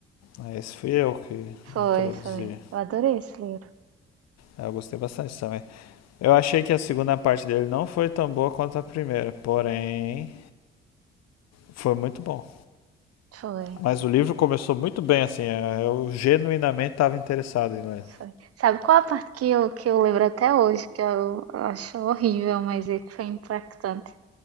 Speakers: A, on the left (about 60°); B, on the right (about 50°).
A: Aí Esse fui eu que
B: Foi,
A: introduzi.
B: foi. Eu adorei esse livro.
A: Ah, Eu gostei bastante também. Eu achei que a segunda parte dele não foi tão boa quanto a primeira, porém foi muito bom.
B: Foi.
A: Mas o livro começou muito bem, assim, é, eu genuinamente estava interessado em ler.
B: Foi. Sabe qual a parte que eu, que eu lembro até hoje, que eu, eu acho horrível, mas é que foi impactante?